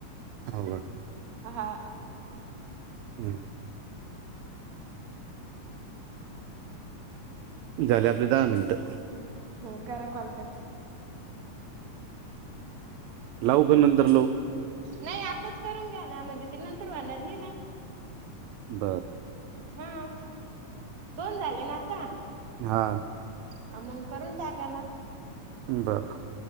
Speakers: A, on the right; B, on the right.
A: हो का
B: ह हा.
A: हम्म झाले आपले दहा मिनिटं
B: हम् करा कॉल कट
A: लावू का नंतर लावू?
B: नाही आताच करून घ्या ना म्हणजे ते नंतर व्हणार नाही ना
A: बर
B: हा दोन झाले ना आता
A: हा.
B: अ मंग करून टाकाना
A: ह बरं